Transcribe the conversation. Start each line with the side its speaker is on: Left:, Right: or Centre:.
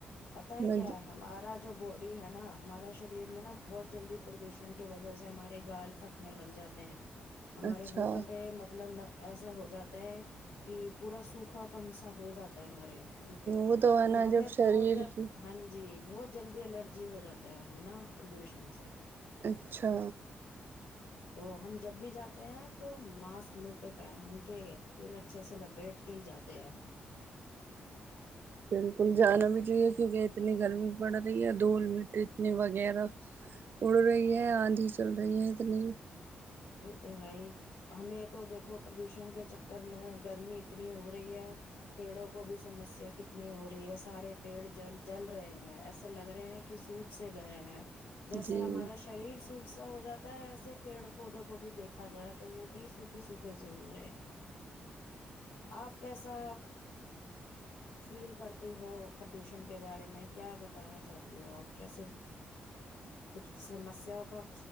Left: پت ہے
Right: میں
Left: کیا ہے ہمارا جو باڈی ہے نا ہمارا شریر میں نا بہت جلدی پردوشن کی وجہ سے ہمارے گال پھٹنے لگ جاتے ہیں ہمارے
Right: اچھا
Left: ہوٹل پہ مطلب ایسا ہو جاتا ہے کہ پورا سوکھا پنچ ا ہو جاتا ہے ہمارے ک
Right: وہ ہے
Left: تو
Right: نا
Left: ہمیں
Right: جب شریر
Left: بہت ج
Right: کی
Left: ہاں جی بہت جلدی الرجی ہو جاتا ہے ہمیں نا پردوشن سے
Right: اچھا
Left: تو ہم جب بھی جاتے ہیں تو ماسک منہ پہ پہن کے پورے اچھے سے لپیٹ کے ہی جاتے ہیں
Right: بالکل جانا بھی چاہیے کیونکہ اتنی گرمی پڑ رہی ہے دھول میٹ اتنی وغیرہ اڑ رہی ہے آندھی چل رہی ہے اتنی
Left: وہ تو ہے ہی ہمیں تو دیکھو پردوشن کے چکر میں گرمی اتنی ہو رہی ہے پیڑوں کو بھی سمسیا کتنی ہو رہی ہے سارے پیڑ جل جل رہے ہیں ایسے لگ رہے ہیں کہ سوپ سے گئے ہیں جیسے
Right: جی
Left: ہمارا شریر سوکھ اا ہو جاتا ہے ایسے پیڑ پودوں کو بھی دیکھا جائے تو وہ بھی سوکھے سوکھے سے ہو رہے ہیں آپ کیسا فیل کرتے ہو پردوشن کے بارے میں کیا بتانا چاہتی ہو آپ کیسے کچھ سمسیا کا